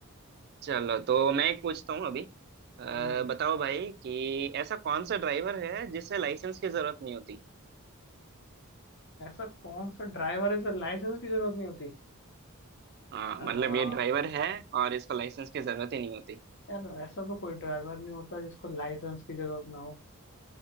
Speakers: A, on the right; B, on the left.
A: चलो तो मैं एक पूछता हूँ अभी आ,
B: हम्म,
A: बताओ भाई कि ऐसा कौन सा ड्राइवर है जिसे लाइसेंस की जरूरत नहीं होती
B: ऐसा कौन सा ड्राइवर है जिसे लाइसेंस की जरूरत नहीं होती
A: हाँ
B: आ,
A: मतलब ये ड्राइवर है और इसको लाइसेंस की जरूरत ही नहीं होती
B: यार ऐसा तो कोई ड्राइवर नहीं होता जिसको लाइसेंस की जरूरत ना हो